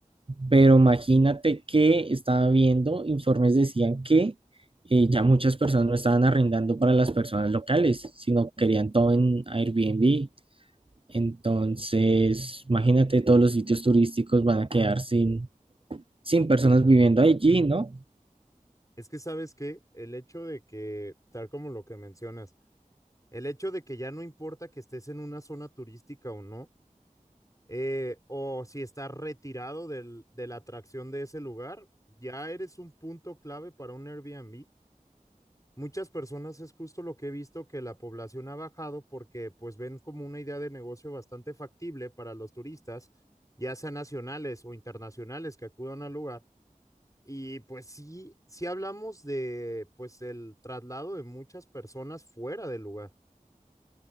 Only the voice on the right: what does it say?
Pero imagínate que estaba viendo, informes decían que eh, ya muchas personas no estaban arrendando para las personas locales, sino querían todo en Airbnb. Entonces, imagínate, todos los sitios turísticos van a quedar sin, sin personas viviendo allí, ¿no?